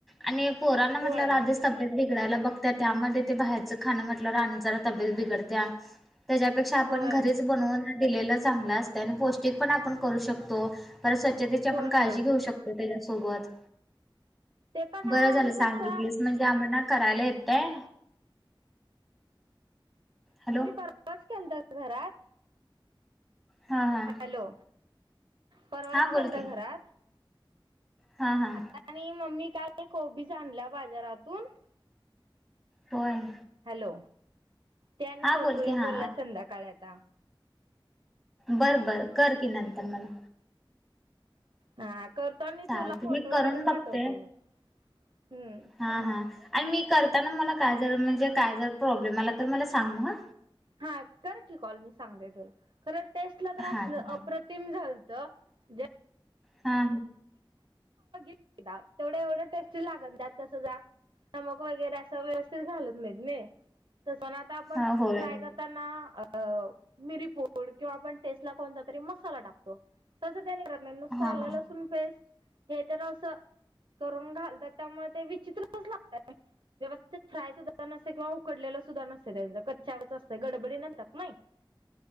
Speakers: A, in the centre; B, on the right.
A: आणि पोरांना म्हटलं
B: होय
A: आधीच तब्येत बिडायला बघ त्यामध्ये ते बाहेरचं खाणं म्हटल्यावर आणि जरा तब्येत बिघडत्या. त्याच्यापेक्षा आपण
B: होय
A: घरीच बनवून दिलेलं चांगलं असत आणि पौष्टिक पण आपण करू शकतो. परत स्वच्छतेची आपण
B: होय होय
A: काळजी घेऊ शकतो, त्याच्यासोबत
B: ते पण
A: बरं
B: आहे
A: झालं
B: आणि
A: सांगितलीस
B: कसं
A: म्हणजे आम्हा ना करायला येतय. हॅलो
B: परवाच के तर घरात
A: हा हा
B: हॅलो! परवाच
A: हा बोल
B: केल त
A: की
B: घरात.
A: हा हा
B: आता आणि मम्मी का कोबीज आणल्या बाजारातून,
A: होय.
B: हॅलो! त्यानी
A: हा
B: करूया
A: बोल की हा
B: बोलला संध्याकाळ आता.
A: बरं बर कर की नंतर मला.
B: हा. करतो मी
A: चालतय
B: तुला फोटो
A: मी करून
B: वगैरे
A: बघते
B: पाठवतो मी हम्म!
A: हा हा आणि मी करताना मला काय जर म्हणजे काय जर प्रॉब्लेम आला तर मला सांग ह.
B: हा कर की कॉल मी सांगते तुला खरं टेस्टला त्रास
A: हा चाल
B: अप्रतिम झाल <unintelligible>
A: हा
B: तेवढ्या एवढं टेस्टी लागन त्यात कसं जा नमक वगैरे असं व्यवस्थित घालत नाहीत नाही. तस पण आता आपण
A: हा होय
B: फ्राय करताना अ मिरीपूड किंवा आपण टेस्टला कोणता तरी मसाला टाकतो तसं का निरत नाही नुसत
A: हा
B: आलं
A: हा
B: लसू <unintelligible> हे तर असं करून घालतात त्यामुळे ते विचित्रच लागत व्यवस्थित फ्राय सुद्धार न किंवा उकडलेलं सुद्धा नसते त्यांच कच्छवरच असत गडबडी करतात नाही.